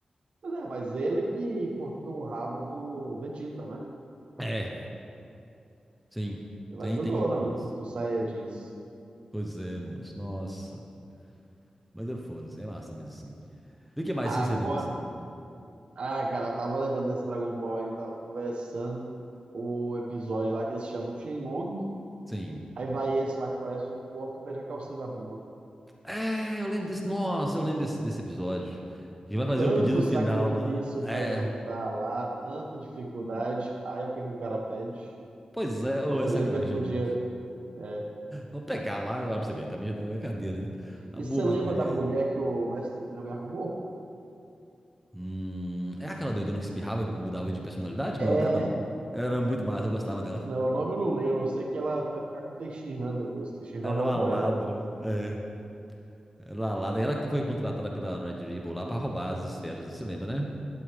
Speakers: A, on the right; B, in the centre.
A: Mas é, mas ele que cortou o rabo do Vegeta, né?
B: É, sim.
A: Ele
B: Tem,
A: ajudou
B: tem, tem
A: na luta
B: isso.
A: contra os Saiyajins.
B: Pois é, moço. Nossa. Mas é foda, é massa mesmo, assim. E o que mais, assim, você
A: Agora...
B: lembra, assim?
A: Ah, cara, eu tava lembrando desse Dragon Ball, eu tava conversando o episódio lá que eles chamam Shenlong.
B: Sim.
A: Aí vai esse lá que parece um porco e pede a calcinha da Bulma.
B: É, eu lembro desse. Nossa, eu lembro desse, desse episódio. Que vai fazer
A: Tanto
B: o pedido no
A: sacrifício
B: final lá. É.
A: pra juntar lá, tanta dificuldade. Aí o que que o cara pede?
B: Pois é, ou
A: Uma coisa
B: é sacanagem,
A: que ele podia
B: eu lembro.
A: É.
B: Vou pegar lá, ó, pra você ver, também já dá na cadeira, né? A
A: E
B: boa
A: você
B: mataria
A: lembra da mulher
B: ele.
A: que o Mestre Kami arrumou?
B: Hum, é aquela doidona que espirrava e mudava de personalidade,
A: É.
B: como é o nome dela? Era muito massa, eu gostava dela.
A: Não, o nome eu não lembro. Eu sei que ela vai ficar com o Teixeira depois. O Teixeira
B: Ela
A: roubou
B: é uma ladra.
A: ela.
B: É, ela é uma ladra. Ela que foi contratada pela Red Ribbon lá pra roubar as esferas, você lembra, né?